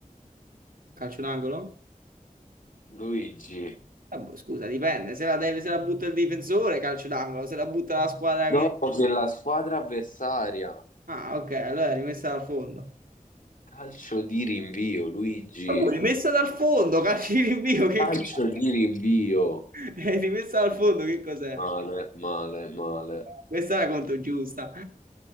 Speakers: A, on the right; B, on the left.
A: Calcio d'angolo?
B: Luigi.
A: Ah, boh, scusa, dipende. Se la, deve- se la butta il difensore, calcio d'angolo. Se la butta la squadra
B: No,
A: che...
B: nella squadra avversaria.
A: Ah, ok, allora è rimessa dal fondo.
B: Calcio di rinvio, Luigi.
A: Ma poi rimessa dal fondo, calcio di rinvio, che
B: Calcio
A: cazzo?
B: di rinvio.
A: <laughs> E rimessa al fondo, che cos'è?
B: Male, male, male.
A: Questa è la conto giusta.